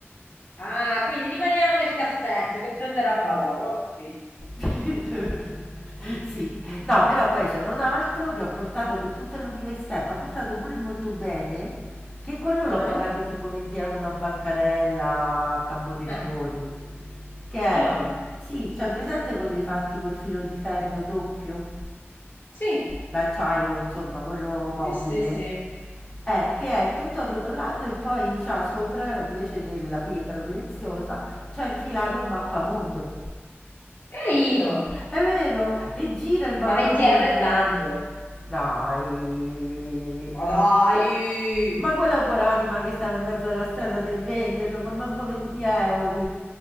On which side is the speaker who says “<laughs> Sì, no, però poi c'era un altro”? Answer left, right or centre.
Centre